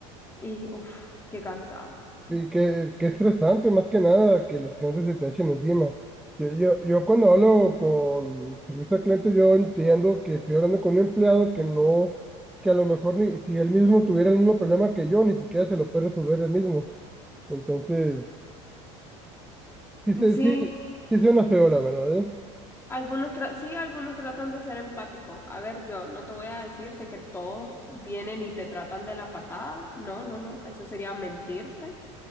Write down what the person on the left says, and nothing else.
Y uff, qué cansado.
Sí,
Algunos tra- sí, algunos tratan de ser empáticos. A ver, yo no te voy a decir de que todos vienen y te tratan de la patada. No, no, no. Eso sería mentirte.